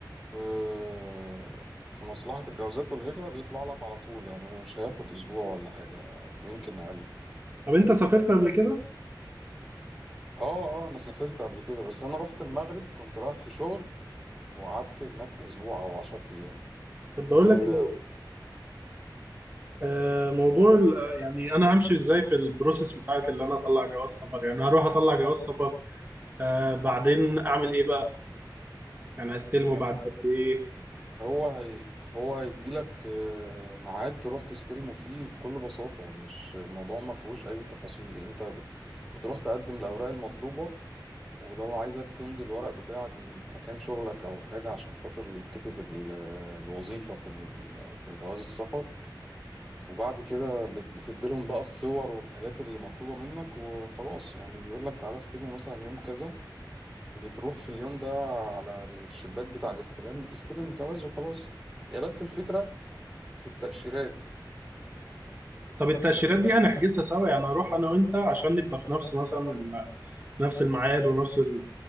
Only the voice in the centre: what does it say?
آه، في مصلحة الجوازات والهجرة بيطلع لك على طول يعني مش هياخد أسبوع ولا حاجة ويمكن أقل
اه اه أنا سافرت قبل كده بس أنا رحت المغرب كنت رايح في شغل وقعدت هناك أسبوع أو عشرة أيام
وال...
وال...
هو هي هو هيديلك آه، ميعاد تروح تستلمه فيه بكل بساطة مش الموضوع ما فيهوش أي تفاصيل أنت ب- بتروح تقدم الأوراق المطلوبة ولو عايزك تمضي الورق بتاعك من مكان شغلك أو حاجة عشان خاطر يتكتب ال- الوظيفة في ال- في جواز السفر وبعد كده بت- بتديلهم بقى الصور والحاجات اللي مطلوبة منك وخلاص يعني بيقولك تعالى استلمه مثلا يوم كذا بتروح في اليوم ده على الشباك بتاع الاستلام بتستلم الجواز وخلاص هي بس الفكرة في التأشيرات